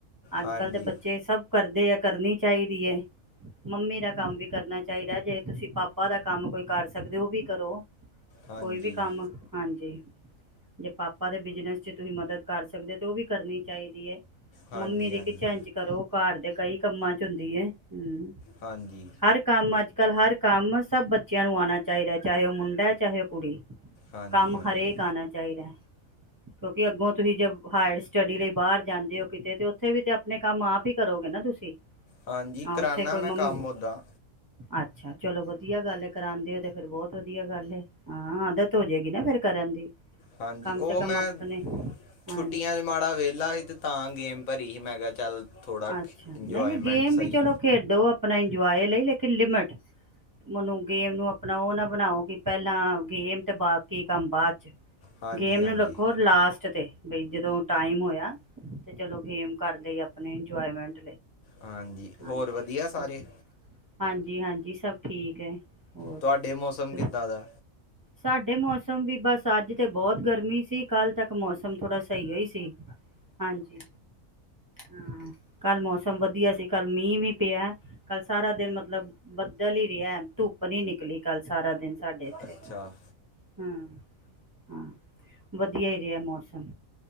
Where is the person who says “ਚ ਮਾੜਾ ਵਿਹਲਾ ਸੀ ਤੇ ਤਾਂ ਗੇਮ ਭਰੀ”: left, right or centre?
Left